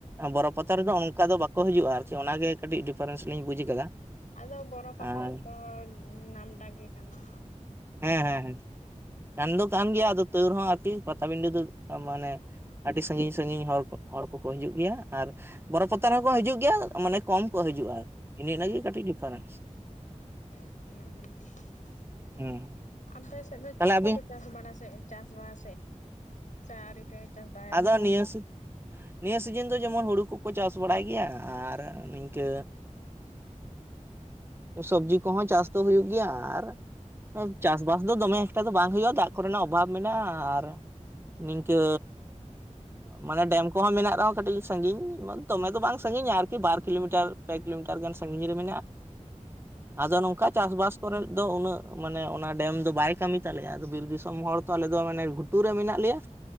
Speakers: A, on the right; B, on the left.
A: ᱵᱚᱨᱚ ᱯᱟᱛᱟ ᱨᱮᱫᱚ ᱚᱱᱠᱟ ᱫᱚ ᱵᱟᱠᱚ ᱦᱤᱡᱩᱜᱼᱟ ᱟᱨᱠᱤ ᱚᱱᱟ ᱜᱮ ᱠᱟᱹᱴᱤᱡ ᱰᱤᱯᱷᱟᱨᱮᱱᱥ ᱞᱤᱧ ᱵᱩᱡ ᱟᱠᱟᱫᱟ
B: ᱟᱫᱚ ᱵᱚᱨᱚ ᱯᱟᱛᱟ
A: ᱟᱨ
B: ᱦᱚᱸᱛᱚ ᱱᱟᱢᱰᱟᱠ ᱜᱮ ᱠᱟᱱᱟ
A: ᱦᱮᱸ ᱦᱮᱸ ᱦᱮᱸ ᱠᱟᱱ ᱫᱚ ᱠᱟᱱ ᱜᱮᱭᱟ ᱟᱫᱚ ᱛᱟᱸᱣ ᱦᱚᱸ ᱟᱨᱠᱤ ᱯᱟᱴᱟ ᱵᱤᱸᱰᱟᱹ ᱫᱚ ᱢᱟᱱᱮ ᱟᱹᱰᱤ ᱥᱟᱸᱜᱤᱧ ᱥᱟᱸᱜᱤᱧ ᱦᱚᱲ ᱦᱚᱲ ᱠᱚᱠᱚ ᱦᱤᱡᱩᱜ ᱜᱮᱭᱟ ᱟᱨ ᱵᱚᱨᱚ ᱯᱟᱛᱟᱱ ᱨᱮ ᱦᱚᱸᱠᱚ ᱦᱤᱡᱩᱜ ᱜᱮᱭᱟ ᱢᱟᱱᱮ ᱠᱚᱢ ᱠᱚ ᱦᱤᱡᱩᱜᱼᱟ <unintelligible> ᱠᱟᱹᱴᱤᱡ ᱰᱤᱯᱷᱟᱨᱮᱱᱥ
B: <unintelligible>
A: <unintelligible>
B: ᱟᱯᱮ ᱥᱮᱫ ᱫᱚ
A: ᱛᱟᱦᱚᱞᱮ
B: ᱪᱮᱫ
A: ᱟᱹᱵᱤᱱ
B: ᱠᱚᱯᱮ ᱪᱟᱥ ᱵᱟᱲᱟ <unintelligible> ᱥᱮ ᱟᱹᱣᱨᱤ ᱯᱮ ᱪᱟᱥ ᱵᱟᱲᱟᱭᱟ
A: ᱟᱫᱚ ᱱᱤᱭᱟᱹ ᱥᱤ ᱱᱤᱭᱟᱹ ᱥᱤᱡᱤᱱ ᱫᱚ ᱡᱮᱢᱚᱱ ᱦᱩᱲᱩ ᱠᱚᱠᱚ ᱪᱟᱥ ᱵᱟᱲᱟᱭ ᱜᱮᱭᱟ ᱟᱨ ᱱᱤᱝᱠᱟᱹ ᱦᱮᱸ ᱥᱚᱵᱽᱡᱤ ᱠᱚᱦᱚᱸ ᱪᱟᱥ ᱫᱚ ᱦᱩᱭᱩᱜ ᱜᱮᱭᱟ ᱟᱨ ᱪᱟᱥ ᱵᱟᱥ ᱫᱚ ᱫᱚᱢᱮ ᱮᱠᱴᱟ ᱫᱚ ᱵᱟᱝ ᱦᱩᱭᱩᱜᱼᱟ ᱫᱟᱜ ᱠᱚ ᱨᱮᱱᱟᱜ ᱚᱵᱷᱟᱵᱽ ᱢᱮᱱᱟᱜᱼᱟ ᱟᱨ ᱱᱤᱝᱠᱟᱹ ᱢᱟᱱᱮ ᱰᱮᱢ ᱠᱚᱦᱚᱸ ᱢᱮᱱᱟᱜ ᱨᱮᱦᱚᱸ ᱠᱟᱹᱴᱤᱡ ᱥᱟᱸᱜᱤᱧ ᱫᱚᱢᱮ ᱫᱚ ᱵᱟᱝ ᱥᱟᱸᱜᱤᱧᱟ ᱟᱨᱠᱤ ᱵᱟᱨ ᱠᱤᱞᱳᱢᱤᱴᱟᱨ ᱯᱮ ᱠᱤᱞᱳᱢᱤᱴᱟᱨ ᱜᱟᱱ ᱥᱟᱸᱜᱤᱧ ᱨᱮ ᱢᱮᱱᱟᱜᱼᱟ
B: <inaudible>
A: ᱟᱫᱚ ᱱᱚᱝᱠᱟ ᱪᱟᱥ ᱵᱟᱟᱥ ᱠᱚᱨᱮ ᱫᱚ ᱩᱱᱟᱹᱜ ᱢᱟᱱᱮ ᱚᱱᱟ ᱰᱮᱢ ᱫᱚ ᱵᱟᱭ ᱠᱟᱹᱢᱤ ᱛᱟᱞᱮ ᱭᱟ ᱟᱫᱚ ᱵᱤᱨ ᱫᱤᱥᱚᱢ ᱦᱚᱲ ᱛᱚ ᱟᱞᱮ ᱫᱚ ᱢᱟᱱᱮ ᱜᱷᱩᱴᱩ ᱨᱮ ᱢᱮᱱᱟᱜ ᱞᱮᱭᱟ